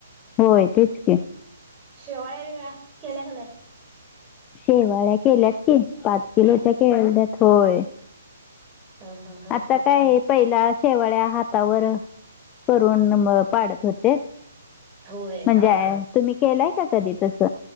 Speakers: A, on the left; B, on the right.
A: होय तेच की.
B: शेवाळा <unintelligible> केल्या का नाही?
A: शेवाळ्या केल्यात की पाच किलोच्या
B: केल्या?
A: केल्यात, होय.
B: हा हा हा
A: आता
B: हा
A: काय पहिला शेवाळ्या हातावर करून पाडत होते.
B: होय.
A: म्हणजे तुम्ही केलाय का कधी तस?